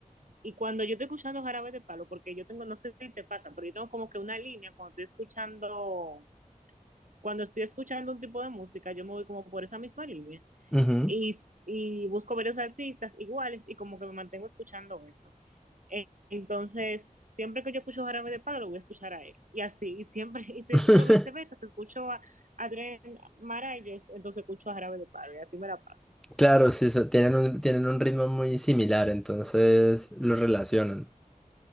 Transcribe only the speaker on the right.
Y cuando yo estoy escuchando Jarabe de Palo, porque yo tengo, no sé si te pasa, pero yo tengo como que una línea cuando estoy escuchando, cuando estoy escuchando un tipo de música, yo me voy como por esa misma línea
y, y busco varios artistas iguales y como que me mantengo escuchando eso. E- Entonces, siempre que yo escucho Jarabe de Palo, lo voy a escuchar a él. Y así, y siempre, <laughs> y si
escucho viceversa, si escucho a a Adrián Mara, yo es- entonces escucho a Jarabe de Palo y así me la paso.